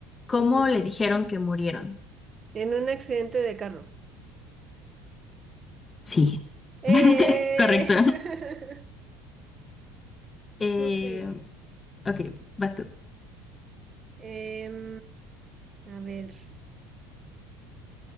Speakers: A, on the left; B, on the right.
A: ¿cómo
B: Ujú.
A: le dijeron que murieron?
B: En un accidente de carro.
A: Sí.
B: Eh,
A: <laughs> Correcto.
B: <laughs> súper.
A: Eh, ok, vas tú.
B: Em, a ver,